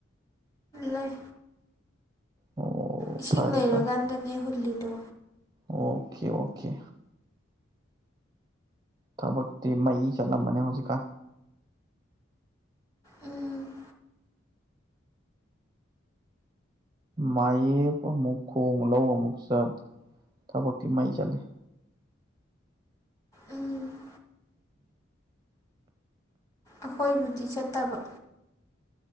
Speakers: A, on the left (about 15°); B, on the right (about 20°).
A: ꯂꯩ
B: ꯑꯣ
A: ꯏꯁꯤꯡ
B: ꯐꯔꯦ
A: ꯂꯩꯔꯀꯥꯟꯗꯅꯦ
B: ꯐꯔꯦ
A: ꯍꯨꯜꯂꯤꯗꯣ
B: ꯑꯣꯀꯦ ꯑꯣꯀꯦ ꯊꯕꯛꯇꯤ ꯃꯩ ꯆꯠꯂꯝ ꯃꯅꯤ ꯍꯧꯖꯤꯀꯥꯟ
A: ꯎꯝ
B: ꯃꯥꯌꯦꯞ ꯑꯃꯨꯛ ꯈꯣꯡ ꯂꯧ ꯑꯃꯨꯛ ꯆꯠ ꯊꯕꯛꯇꯤ ꯃꯩ ꯆꯠꯂꯦ
A: ꯎꯝ ꯑꯈꯣꯏꯕꯨꯗꯤ ꯆꯠꯇꯕ